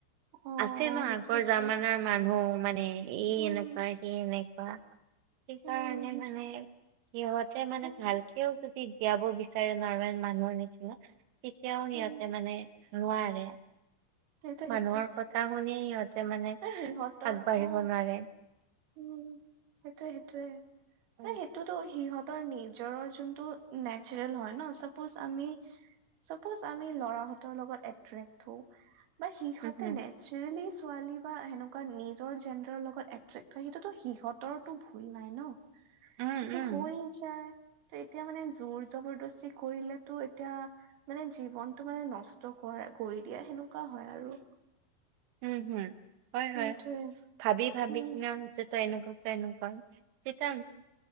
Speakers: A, on the right; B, on the right.
A: অ
B: আছে ন
A: সেইটোৱেতো
B: আগৰ জামানাৰ মানুহ মানে এই
A: উম
B: এনেকুৱা স এনেকুৱা সেই
A: উম
B: কাৰণে মানে সিহঁতে মানে
A: সেইটোৱে
B: ভালকেও যদি জীয়াব বিচাৰে নৰ্মেল মানুহৰ নিচিনা তেতিয়াও সিহঁতে
A: উম
B: মানে লোৱাৰে
A: সেইটোৱে সেইটোৱে
B: মানুহৰ কথা শুনি সিহঁতে মানে
A: এ সিহঁতৰ
B: আগবাঢ়িব
A: অ
B: নোৱাৰে
A: উম সেইটোয়ে সেইটোয়ে
B: হয়।
A: ন সেইটোতো সিহঁত নিজৰৰ যোনটো নেচাৰেল হয় ন চাপজ আমি চাপজ আমি লৰাহতৰ লগত এট্ৰেক্ হ বা সিহঁতে
B: উম হম
A: নেচাৰেলি ছোৱালী বা সেনেকুৱা নিজৰ জেডাৰৰ লগত এটে ত সেইটোতো সিহঁতৰটো ভুল নাই ন সেইটো
B: উম উম
A: হৈ ত এতিয়া মানে জোৰ জবৰদস্তি কৰিলেতো এতিয়া মানে জীৱনতটো মানে নষ্ট কৰা কৰি দিয়া সেনেকুৱা হয় আৰু
B: উম হুম হয়
A: সেইটোৱে
B: হয় ভাবি ভাবি
A: উম
B: কিনে যে তই এনেকুৱা তেনেকুৱা তেতিয়া